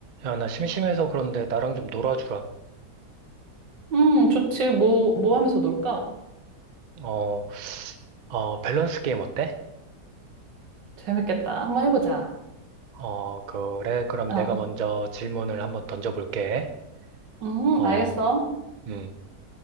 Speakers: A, on the right (about 55°); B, on the right (about 80°).
A: 야, 나 심심해서 그런데 나랑 좀 놀아주라.
B: 음, 좋지. 뭐, 뭐 하면서 놀까?
A: 어, 어, 밸런스 게임 어때?
B: 재밌겠다. 한번 해보자.
A: 어, 그래. 그럼
B: 어,
A: 내가
B: 어.
A: 먼저 질문을 한번 던져볼게.
B: 음,
A: 어,
B: 알겠어.
A: 음.